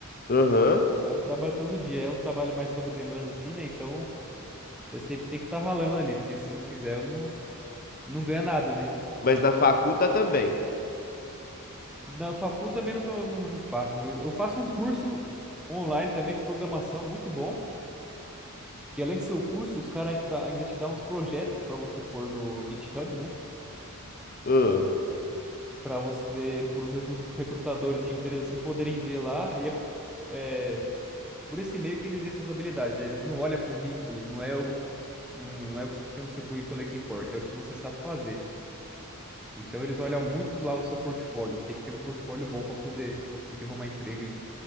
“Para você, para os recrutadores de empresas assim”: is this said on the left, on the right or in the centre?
Centre